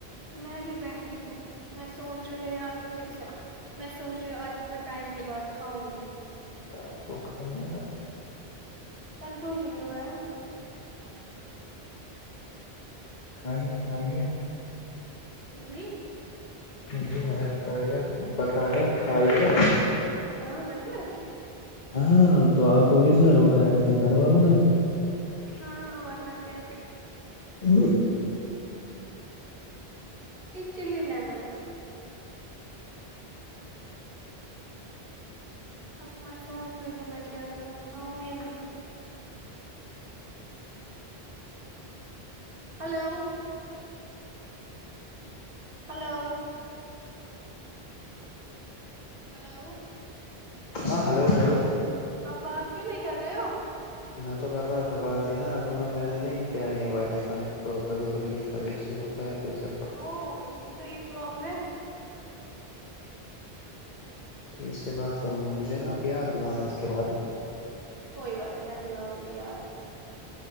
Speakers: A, on the right (about 55°); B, on the left (about 45°).
A: میں بھی بیٹھی ہوں میں سوچ رہی ہوں میرے آگے چپس ہے میں سوچ رہی ہوں آج بہت ٹائم کے بعد کھاؤں گی
B: ہاں تو کھائیں گے نا
A: کنٹرول ہی نہیں ہو رہا ہے
B: کھائیے کھائیے
A: جی
B: جی میں نے بت بتایا کھائیے
A: ہاں بچ میںا
B: ہاں تو آپ کو کس نے روکا ہے ویسے گھر والوں نے
A: ہاں ہمار ن کیا
B: ا
A: یہ چل ل مانا اب میں سوچ رہی ہوں میں کیا کروں کھاؤں یا نہیں ہلو ہلو ہلو
B: ہاں ہلو ہو
A: اپ بات کیوں نہیں کر رہے ہو
B: میں تو کر رہا تھا بات ہے نا اصل میں میں نے نہیں کیا یہ وائی فائی کنیکٹ تو کبھی کبھی یہ فائیو جی ہو تو س
A: او اسی لیے تو یہ پرابلم ہے
B: جی اس کے بعد کروں گا مجھے نا آپ یاد دلانا اس کے بعد
A: کوئی بات ہے میں دلاؤں گی یاد